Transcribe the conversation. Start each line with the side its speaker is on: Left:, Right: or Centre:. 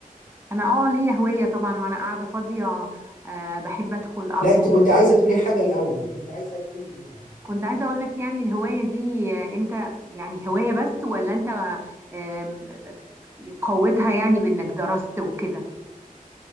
Right: انا اه ليا هواية طبعا وانا قاعدة فاضية آه بحب ادخل اطبخ
Left: لا انت كنت عايزة تقولي حاجة الأول كنت عايزة تقولي ايه الأول
Right: كنت عايزة اقول لك يعني الهواية دي آه، انت يعني هواية بس ولا انت آه قوتها يعني بانك درست وكده